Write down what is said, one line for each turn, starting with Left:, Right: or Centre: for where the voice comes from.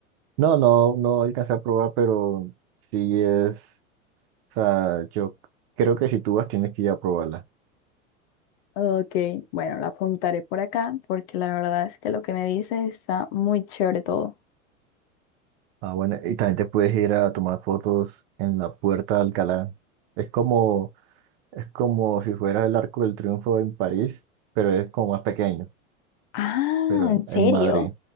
Right: No, no, no alcancé a probar, pero sí es, o sea, yo creo que si tú vas tienes que ir a probarla.
Left: Ok, bueno, la apuntaré por acá porque la verdad es que lo que me dices está muy chévere todo.
Right: Ah, bueno, y también te puedes ir a tomar fotos en la Puerta de Alcalá. Es como, es como si fuera el Arco del Triunfo en París, pero es como más pequeño,
Left: Ah,
Right: pero
Left: ¿en serio?
Right: en, en Madrid.